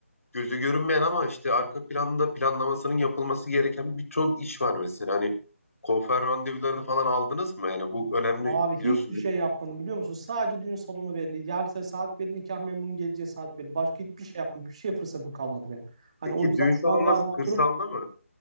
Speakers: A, on the left (about 75°); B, on the right (about 25°).
A: gözü görünmeyen ama işte arka planda planlamasının yapılması gereken bir ton iş var mesela. Hani konfer randevularını falan aldınız mı? Yani bu önemli
B: Abi hiçbir
A: biliyorsun.
B: şey yapmadım biliyor musun? Sadece düğün salonu belli. Yarın saat belli, nikah memurunun geleceği saat belli. Başka hiçbir şey yapmadım. Bir şey fırsatım kalmadı benim. Hani
A: Peki
B: o yüzden
A: düğün salonu
B: şu anda
A: nasıl?
B: abi oturup
A: Kırsalda mı?